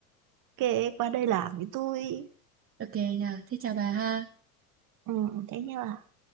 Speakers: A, on the right; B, on the right.
A: Kể qua đây làm với tôi.
B: ok nha thế chào bà ha
A: Ừ, thế nha bà.